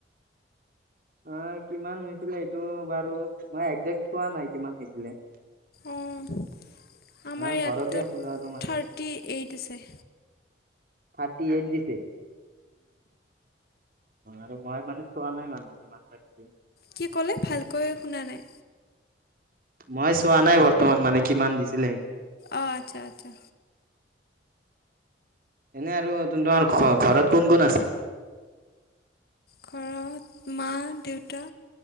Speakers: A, on the right; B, on the left.
A: অ', কিমান হৈছিলে, এইটো বাৰু মই একজেক্ট থোৱা নাই কিমান হৈছিলে।
B: অ', আমাৰ
A: মই
B: ইয়াতটোত
A: ঘৰতে আছিলো আৰু মানে
B: থাৰ্টি এইট আছে।
A: থাৰ্টি এইট দিছে? আৰু মই মানে চোৱা নাই মানে। যিমান <unintelligible>
B: কি ক'লে ভালকৈ শুনা নাই
A: মই চোৱা নাই বৰ্তমান মানে কিমান দিছিলে সেইটো।
B: অ', আচ্ছা আচ্ছা।
A: এনে আৰু তোমাৰ ঘৰত কোন কোন আছে?
B: ঘৰত, মা, দেউতা,